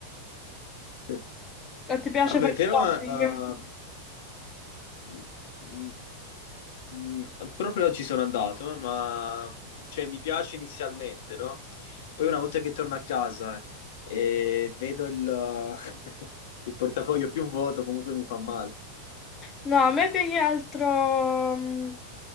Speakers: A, on the left; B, on the left.
A: <laughs>
B: Ma ti piace
A: Vabbè,
B: fare
A: però
B: shopping?
A: eh, mm, mm, proprio oggi sono andato, eh, ma cioè, mi piace inizialmente, no? Poi una volta che torno a casa e vedo il, <laughs> il portafoglio più vuoto, comunque mi fa male.
B: No, a me più che altro, mm,